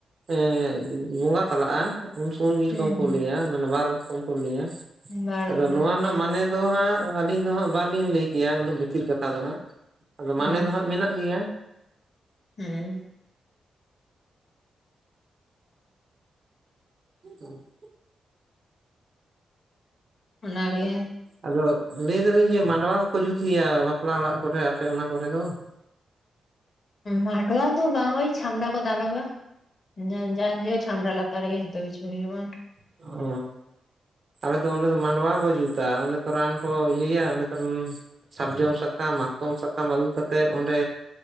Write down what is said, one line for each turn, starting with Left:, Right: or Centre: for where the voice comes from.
Right: ᱮ ᱵᱚᱸᱜᱟ ᱛᱟᱞᱟᱜᱼᱟ᱾ ᱩᱱ ᱥᱚᱢᱚᱭ ᱢᱤᱫ ᱨᱚᱠᱚᱢ
Left: ᱦᱩᱸ
Right: ᱠᱚ ᱞᱟᱹᱭᱟ ᱢᱟᱱᱮ ᱵᱟᱨ ᱨᱚᱠᱚᱢ ᱠᱚ ᱞᱟᱹᱭᱟ
Left: ᱦᱩᱸ ᱵᱟᱨ
Right: ᱟᱫᱚ
Left: ᱨᱚᱠᱚᱢ
Right: ᱱᱚᱣᱟ
Left: ᱠᱚ
Right: ᱨᱮᱱᱟᱜ
Left: ᱞᱟᱹᱭᱟ
Right: ᱢᱟᱱᱮ ᱫᱚ ᱦᱟᱸᱜ ᱟᱞᱤᱧ ᱫᱚ ᱦᱟᱸᱜ ᱵᱟᱞᱤᱧ ᱞᱟᱹᱭ ᱠᱮᱭᱟ ᱩᱱᱟᱹᱜ ᱵᱷᱤᱛᱤᱨ ᱠᱟᱛᱷᱟ ᱫᱚ ᱦᱟᱸᱜ ᱟᱫᱚ ᱢᱟᱱᱮ
Left: ᱦᱚᱸ
Right: ᱫᱚ ᱦᱟᱸᱜ ᱢᱮᱱᱟᱜ ᱜᱮᱭᱟ᱾
Left: ᱦᱩᱸ
Right: <unintelligible>
Left: ᱚᱱᱟ ᱜᱮ
Right: ᱟᱫᱚ ᱞᱟᱹᱭ ᱫᱟᱞᱤᱧ ᱡᱮ ᱢᱟᱰᱣᱟ ᱦᱚᱸᱠᱚ ᱡᱩᱛ ᱜᱮᱭᱟ ᱵᱟᱯᱞᱟ ᱚᱲᱟᱜ ᱠᱚᱨᱮ ᱟᱯᱮ ᱚᱱᱟ ᱠᱚᱨᱮ ᱫᱚ?
Left: ᱢᱟᱰᱣᱟ ᱫᱚ ᱵᱟᱝ ᱳᱭ ᱪᱷᱟᱢᱰᱟ ᱠᱚ ᱫᱟᱞᱚᱵᱟ ᱾ ᱡᱟ ᱡᱟ ᱦᱳᱭᱳᱜ ᱪᱷᱟᱢᱰᱟ ᱞᱟᱛᱟᱨ ᱨᱮᱜᱮ ᱡᱷᱚᱛᱚ ᱠᱤᱪᱷᱩ ᱦᱩᱭᱩᱜᱼᱟ ᱾
Right: ᱚᱻ ᱟᱞᱮ ᱫᱚ ᱚᱸᱰᱮ ᱫᱚ ᱢᱟᱰᱣᱟ ᱠᱚ ᱡᱩᱛᱟ ᱚᱸᱰᱮ ᱛᱚ ᱨᱟᱱ ᱠᱚ ᱤᱭᱟᱹᱭᱟ ᱚᱱᱮ ᱩᱸ ᱥᱟᱨᱡᱚᱢ ᱥᱟᱠᱟᱢ ᱢᱟᱛᱠᱚᱢ ᱥᱟᱠᱟᱢ ᱟᱹᱜᱩ ᱠᱟᱛᱮᱜ ᱚᱸᱰᱮ